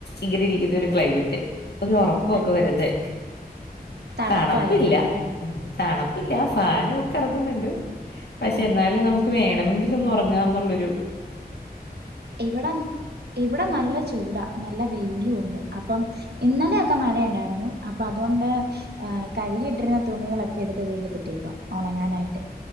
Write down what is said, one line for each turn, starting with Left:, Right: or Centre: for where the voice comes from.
Left: ഇകറിരിക്കുന്ന ഒരു ക്ലൈമറ്റ് ഒരു ഒറക്കൊക്കെ
Right: ത
Left: വരതെ
Right: തണുപ്പായിക്കാണ്
Left: തണപ്പില്ല
Right: അല്ലേ
Left: ഉം തണപ്പ് ഇല്ല ഫാനു കറങ്ങ്ന്ന്ണ്ട് പക്ഷെ
Right: ആഹ്
Left: എന്നാലും നമുക്ക് വേണം മെങ്കിലും ഒന്നു ഒറങ്ങാന്നുള്ളൊരു
Right: ഇവടെം ഇവിടെ നല്ല ചു ചൂട നല്ല വെയിലൂ ഉണ്ട് അപ്പം ഇന്നലെയൊക്കെ മഴ ഇണ്ടായ്രുന്നു അപ്പൊ അതോണ്ട് ആഹ് കഴുകി ഇട്ടിരുന്നെം തുണികളൊക്കെ എടുത്ത് വെയിലത്തിട്ടേക്ക്വാ ഒണങ്ങാനായിട്ട്